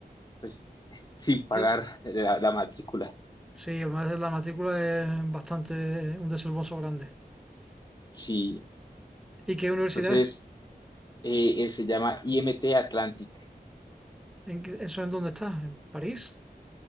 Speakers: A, on the left (about 25°); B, in the centre.
A: pues sin pagar
B: Yo-
A: la, la matrícula.
B: Sí, además la matrícula es bastante un desembolso grande.
A: Sí,
B: ¿Y qué universidad
A: entonces
B: es?
A: eh, eh, se llama IMT Atlantic.
B: ¿En qué- eso es dónde está? ¿En París?